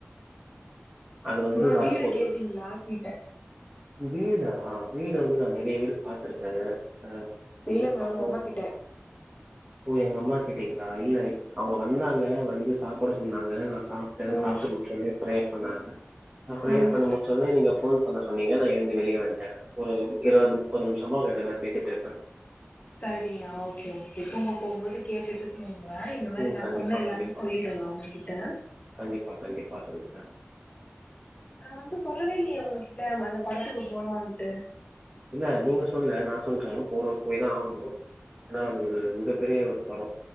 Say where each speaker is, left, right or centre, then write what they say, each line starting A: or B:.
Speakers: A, on the right (about 30°); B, on the left (about 35°).
A: அது வந்து
B: ப்ரோ
A: வரப்போது.
B: வீடு கேட்டீங்களா கேட்டே
A: வீடா வீடு வந்து நான் நெறைய வீடு பாத்துருக்கேங்க உம் வீடு
B: இல்லங்க
A: பாத்தோம்
B: உங்க அம்மா <inaudible>
A: ஓ எங்க அம்மா கிட்டீங்ளா இல்ல அவுங்க வந்தாங்க வந்து சாப்ட சொன்னாங்க நா சாப் டே
B: ம்
A: சாப்டு முடிச்ச உடனே ப்ரேயர் பண்ணாங்க நா ப்ரேயர்
B: ம்
A: பண்ணி முடுச்சோனே நீங்க ஃபோன் பண்ண சொன்னீங்க ந எழுந்து வெளியே வந்துட்டே ஒரு இருபது முப்பது நிமிஷமா உங்கிட் டநா பேசிட்டு இருப்பே
B: சரியா ஓகே ஓகே தூங்க போம்போது கேட்டுட்டு தூங்குங்க இந்த மாரி
A: ம்.
B: நா
A: கண்டிப்பா,
B: சொன்ன எல்லாமே
A: கண்டிப்பா.
B: சொல்லிடுங்க அவுங்ககிட்ட
A: கண்டிப்பா கண்டிப்பா சொல்லிரே
B: நா வந்து சொல்லவே இல்லயே உங்ககிட்ட அந்த படத்துக்கு போனோம்ன்ட்டு
A: இல்ல நீங்க சொல்லல நான் சொல்றே போனும் போய் தா ஆகணு ஆனா அது ஒரு மிகப்பெரிய ஒரு படோ